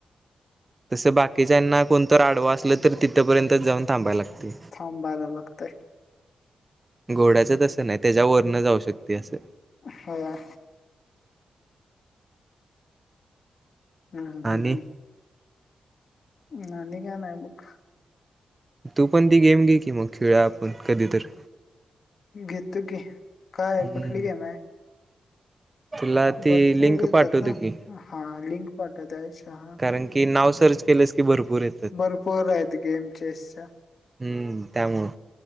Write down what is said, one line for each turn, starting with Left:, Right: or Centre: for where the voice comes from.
Right: तसं बाकीच्यांना कोणत आडवा असलं तर तिथंपर्यंत जाऊन थांबायला लागते
Left: थांब बार लागतय
Right: घोड्याच तसं नाही त्याच्या वरन जाऊ शकते असं
Left: होा हम् ह हम हम
Right: आणि
Left: नाही का नाय बुक
Right: तू पण ती गेम घे की मग खेळा आपण कधीतरी
Left: घेतो की कायय
Right: हम्म.
Left: कुठली गेम आहे
Right: तुला ती
Left: भरपूर
Right: लिंक
Left: येतात
Right: पाठवतो
Left: ना
Right: की
Left: हा लिंक पाठवत आहे शहा
Right: कारण की नाव सर्च केलंच की भरपूर य
Left: भरपूर आहेतह गेम चेसच्या
Right: हम्म त्यामुळं